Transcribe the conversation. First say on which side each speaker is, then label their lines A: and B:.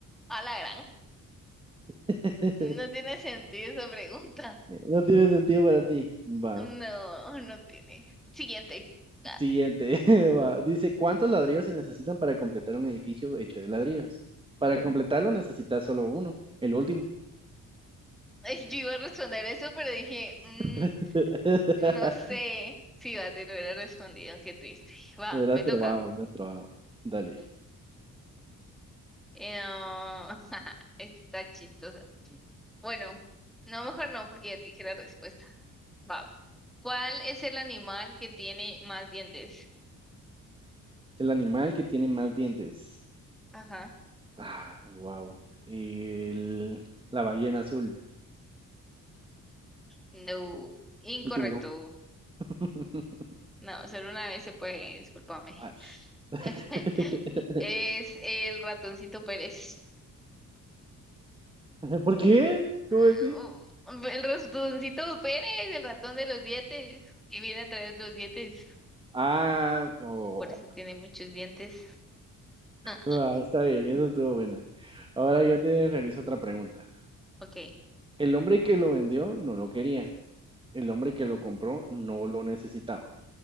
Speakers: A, in the centre; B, on the right.
A: A la gran.
B: <laughs>
A: No tiene sentido esa pregunta.
B: No tiene sentido para ti. Va.
A: No, no tiene. Siguiente. Ah,
B: Siguiente. <laughs> va. Dice, ¿cuántos ladrillos se necesitan para completar un edificio hecho de ladrillos? Para completarlo necesitas solo uno, el último.
A: <laughs> Yo iba a responder eso, pero dije, mm,
B: <laughs>
A: No sé. Sí, va, te lo hubiera respondido. Qué triste. Va,
B: Hubieras
A: me
B: probado,
A: toca.
B: hubieras probado. Dale.
A: Eh, ah, <laughs> está chistosa. Bueno, no, mejor no, porque ya te dije la respuesta. Va. ¿Cuál es el animal que tiene más dientes?
B: El animal que tiene más dientes.
A: Ajá.
B: Ah, wow. El... La ballena azul.
A: No, incorrecto.
B: El tiburón. <laughs>
A: No, solo una vez se puede, discúlpame.
B: Ay.
A: <laughs>
B: <laughs>
A: Es el ratoncito Pérez.
B: ¿Por qué?
A: Ah,
B: ¿Cómo así?
A: oh, El ratoncito Pérez, el ratón de los dientes, que viene a traer los dientes.
B: Ah, oh.
A: Por eso tiene muchos dientes. <laughs>
B: Ah, está bien, eso estuvo buena. Ahora yo te realizo otra pregunta.
A: Ok.
B: El hombre que lo vendió no lo quería. El hombre que lo compró no lo necesitaba.